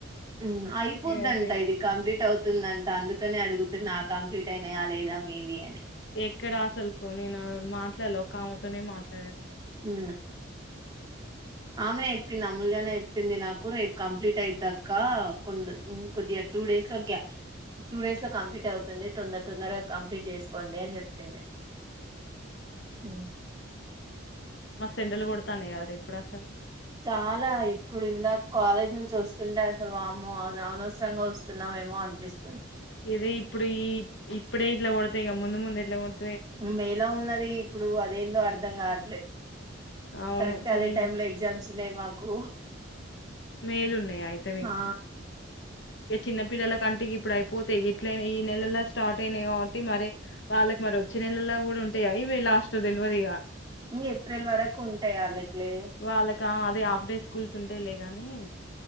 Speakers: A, on the right; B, on the left.
A: హ్మ్ అయిపోదంట
B: ఇగ
A: ఇది కంప్లీట్ అవుతుందంట అందుకు క్కనే అడుగుతున్న కంప్లీట్ అయినాయా లేదా మీవి అని
B: ఎక్కడ అసలుకు నేను మాట్లాడ ఒక ఆమెతోనే మాట్లా
A: ఉ ఆమెనే చెప్పింది అమూల్యనే చెప్ ప్పింది నాకు రేపు కంప్లీట్ అయిదక్క కొ కొద్దిగా టూ డేస్ గ్యా టూ డేస్ లో కంప్లీట్ అవుతుంది తొందర తొందరగా కంప్లీట్ చేసుకోండి అని చెప్పింది ఉమ్
B: మ సెండలు కొడతానే కదర ఇప్పుడు అసలు
A: చాలా ఇప్పుడు ఇందా కాలేజ్ నుంచి వస్తుంటే అసలు వాము అనవసరంగా వస్తున్నాం ఏమో అనిపిస్తుంది
B: ఇదే ఇప్పుడు ఈ ఇప్పుడే ఇట్లా కొడతా ఇక ముందు ముందు ఏట్లా కొడతా
A: మేలో ఉన్నది ఇప్పుడు అదేందో అర్ధం కావట్లే
B: అవును
A: కరెక్ట్
B: ఫుల్
A: అదే టైములో ఎగ్జామ్స్ ఉన్నాయి మాకు
B: మే లో ఉన్నాయా అయితే మీకు
A: ఆ
B: ఏ చిన్న పిల్లలా కంటికి ఇప్పు ఇప్పుడు అయిపోతేయి ఎట్ల ఈ నెల స్టార్ట్ అయినాయి కాబట్టి మరి వాళ్ళకి మరి వచ్చ నెల కూడా ఉం ఇవే లాస్ట్ తెలువదిగా
A: ఇంగ ఏప్రిల్ వరకు ఉంటాయి ఆళ్ళకి లే
B: వాళ్ళకా అదే హాఫ్ డే స్కూల్స్ ఉంటాయిలే గాని